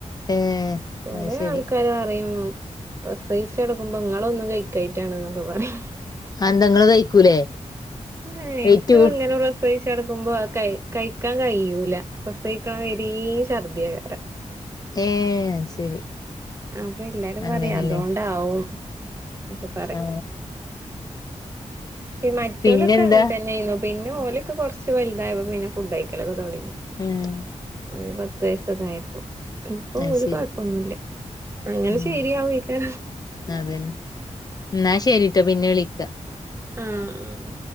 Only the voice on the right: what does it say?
കൊറെേ
ആൾക്കാര് അറയും പ്രസിച്ചടക്കുമ്പോ ങ്ങളൊന്ന കഴിക്കായിട്ടാണ എന്നൊക്കെ പറയും
ആ എനിക്ക്
ഇങ്ങനെ പ്ര പ്രസിച്ചടുക്കുമ്പോ ക കഴിക്കാൻ കഴിയൂല പ്രസവിക്കണ വരും ഛർദിയകാരം
അപ്പൊ എല്ലാരും
പറയാ അതുകൊണ്ടാവും ഒക്കെ പറ
ഈ മറ്റോലൊക്കെ
അങ്ങനെ തന്നെ ആയിരുണു പിന്നെ ഓലക്ക്‌ കൊറച്ച് വലുതായപ്പ പിന്നെ ഫുഡ് കയിക്കലൊക്കെ തൊടങ്ങി
ഒരു പത്ത് വയസൊക്കെ ആയപ്പോ ഇപ്പൊ
ഒരു
കുഴപ്പൊന്നുമല്ല അങ്ങനെ
ശെരിയാവും ഇക്കാ
ആഹ് ആഹ്